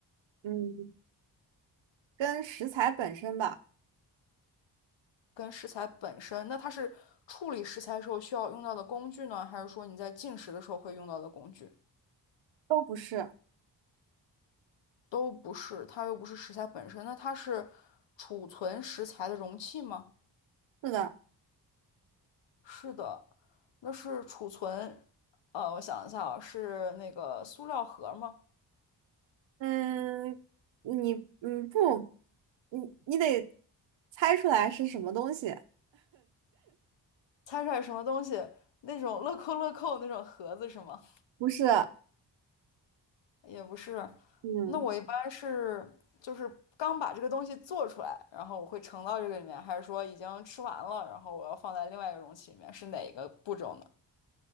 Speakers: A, on the right; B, on the left.
A: 嗯，跟食材本身吧，
B: 跟食材本身，那它是处理食材时候需要用到的工具呢，还是说你在进食的时候会用到的工具？
A: 都不是，
B: 都不是，它又不是食材本身，那它是储存食材的容器吗？
A: 是的，
B: 是的，那是储存。呃，我想一下啊，是那个塑料盒吗？
A: 嗯，你嗯不，你你得猜出来是什么东西，
B: 猜出来什么东西？那种乐扣乐扣那种盒子是吗？
A: 不是，
B: 也不是，
A: 嗯
B: 那我一般是就是刚把这个东西做出来，然后我会盛到这个里面，还是说已经吃完了，然后我要放在另外一个容器里面，是哪个步骤呢？